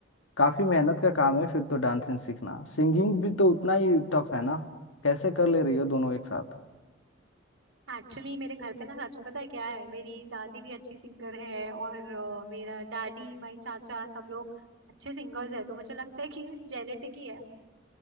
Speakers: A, on the left (about 85°); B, on the right (about 85°).
A: काफी मेहनत का काम है फिर तो डांसिंग सीखना सिंगिंग भी तो उतना ही टफ है ना कैसे कर ले रही हो दोनों एक साथ
B: एक्चुअली मेरे घर पे ना सचिन पता है क्या है मेरी दादी भी अच्छी सिंगर है और अ, मेरा डैडी माई चाचा सब लोग अच्छे सिंगर्स है तो मुझे लगता है कि जेनेटिक ही है